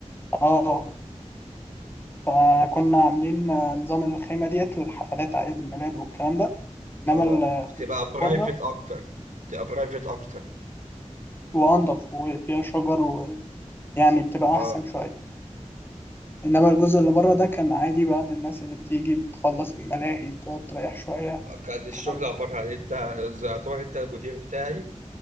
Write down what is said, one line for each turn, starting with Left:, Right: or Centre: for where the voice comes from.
Left: اه فكنا عاملين آه، نظام الخيمة ديت للحفلات أعياد الميلاد والكلام ده إنما
Right: اه
Left: ال-
Right: بتبقى برايفت
Left: بره
Right: اكتر بتبقى برايفت اكتر
Left: وأنضف وفيها شجر ويعني بتبقى
Right: اه
Left: أحسن شوية إنما الجزء اللي بره ده كان عادي بقى للناس اللي بتيجي بتخلص الملاهي تقعد تريح شوية
Right: كان الشغل
Left: الكلام ده
Right: عبارة عن انت زي- يعتبر انت المدير بتاعي